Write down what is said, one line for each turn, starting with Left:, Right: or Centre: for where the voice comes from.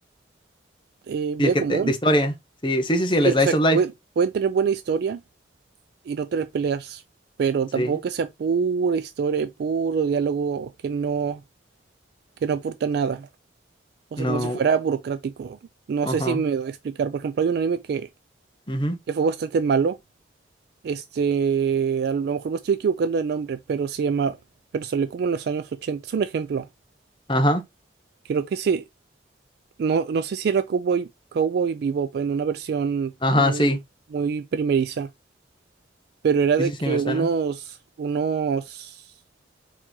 Right: eh, vida
Left: Y el que
Right: común.
Left: te- de historia, sí, sí,
Right: Sí,
Left: sí, sí, el Slice
Right: o sea, que
Left: of Life,
Right: pue- pueden tener buena historia y no tener peleas, pero
Left: sí.
Right: tampoco que sea pura historia, y puro diálogo que no, que no aporta nada. O sea,
Left: No,
Right: como si fuera burocrático. No
Left: ajá,
Right: sé si me doy a explicar. Por ejemplo, hay un anime que,
Left: ujú,
Right: que fue bastante malo. Este, a lo mejor me estoy equivocando de nombre, pero se llama, pero salió como en los años ochenta, Es un ejemplo.
Left: ajá,
Right: Creo que se, no, no sé si era Cowboy, Cowboy Bebop en una versión
Left: ajá,
Right: muy,
Left: sí,
Right: muy primeriza, pero era
Left: sí,
Right: de
Left: sí,
Right: que
Left: sí, me suena.
Right: unos, unos